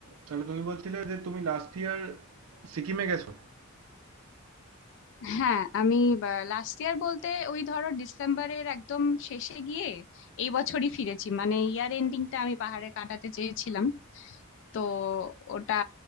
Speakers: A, on the right; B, on the left.
A: তাহলে তুমি বলছিলে যে তুমি লাস্ট ইয়ার সিকিমে গেছো
B: হ্যাঁ আমি last year বলতে ওই ধরো ডিসেম্বরের একদম শেষে গিয়ে এই বছরই ফিরেছি মানে ইয়ার এন্ডিংটা আমি পাহাড়ে কাটাতে চেয়েছিলাম তো ওটা